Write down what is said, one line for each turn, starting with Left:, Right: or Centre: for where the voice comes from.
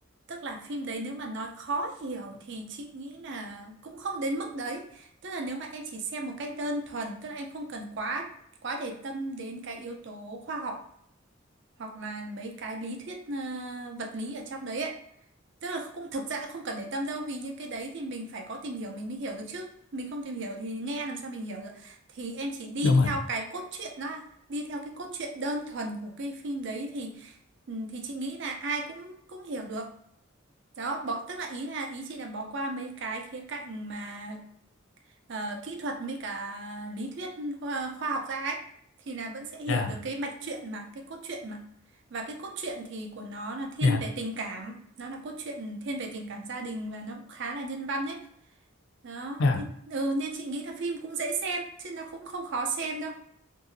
Right: tức là phim đấy nếu mà nói khó hiểu thì chị nghĩ là cũng không đến mức đấy. Tức là nếu mà em chỉ xem một cách đơn thuần, tức là em không cần quá quá để tâm đến cái yếu tố khoa học hoặc là mấy cái lý thuyết ờ, vật lý ở trong đấy ấy. Tức là cũng thực ra cũng không cần để tâm đâu vì những cái đấy thì mình phải có tìm hiểu mình mới hiểu được chứ. Mình không tìm hiểu thì nghe làm sao mình hiểu được. Thì em chỉ đi
Left: đúng rồi
Right: theo cái cốt truyện đó, đi theo cái cốt truyện đơn thuần của cái phim đấy thì ừ, thì chị nghĩ là ai cũng cũng hiểu được. Đó, bỏ tức là ý là ý chị là bỏ qua mấy cái khía cạnh mà ờ, kỹ thuật với cả lý thuyết khoa, khoa học ra ấy thì là vẫn sẽ hiểu
Left: à
Right: được cái mạch truyện mà cái cốt truyện mà và cái cốt truyện thì của nó là thiên
Left: dạ.
Right: về tình cảm nó là cốt truyện thiên về tình cảm gia đình và nó cũng khá là nhân văn ấy đó
Left: à
Right: nên, ừ, nên chị nghĩ là phim cũng dễ xem chứ nó cũng không khó xem đâu